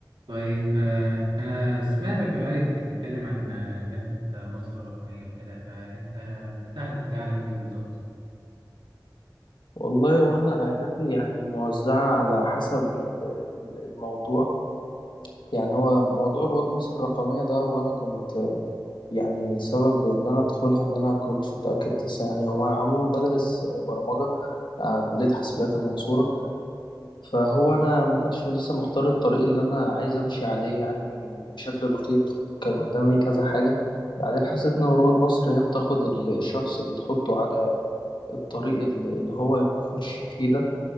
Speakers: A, on the right (about 85°); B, on the left (about 75°).
A: طيب آه، أنا سمعتك قريب كنت بتتكلم عن آه، منحة آه، مصر الرقمية وكده فأنت بتهدف يعني لإيه بالظبط؟
B: والله وانا اهدافي يعني موزعه على حسب ال- ال- الموضوع يعني هو موضوع رواد مصر الرقميه ده وانا كنت آه، يعني سبب ان انا ادخلها ان انا كنتش متاكد لسه يعني هو انا عموما بدرس آه، برمجه آه، كليه حاسبات المنصوره فهو انا ما كنتش لسه مختار الطريق اللي انا عايز امشي عليه يعني بشكل دقيق كان قدامي كذا حاجه بعدين حسيت ان رواد مصر هي بتاخد ال- الشخص بتحطه على الطريق اللي اللي هو يخش فيه ده